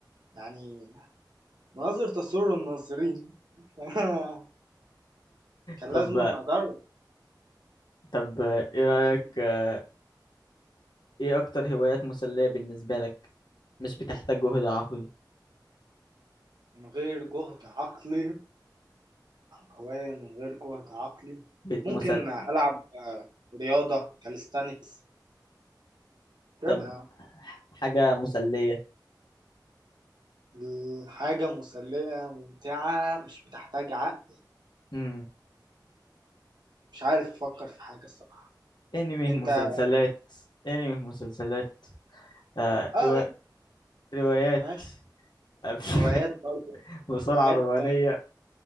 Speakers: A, on the right (about 70°); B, on the left (about 70°).
A: يعني مناظر تسر الناظرين <laughs> كان
B: طب
A: لازم
B: آه،
A: أدرب
B: طب آه، ايه رأيك آه، ايه اكتر هوايات مسلية بالنسبة لك مش بتحتاج جهد عقلي
A: من غير جهد عقلي هواية من غير جهد عقلي
B: ب-
A: ممكن
B: مسل...
A: ألعب آه، رياضة كاليستانكس كده
B: طب حاجة مسلية
A: الحاجة مسلية ممتعة مش بتحتاج عقل
B: امم
A: مش عارف أفكر في حاجة الصراحة
B: انمي
A: أنت
B: مسلسلات انمي مسلسلات آه
A: آه
B: روا...
A: أنت
B: روايات
A: ماشي
B: أف-
A: روايات
B: <laughs>
A: برضه
B: بسرعة
A: حاجات
B: رومانية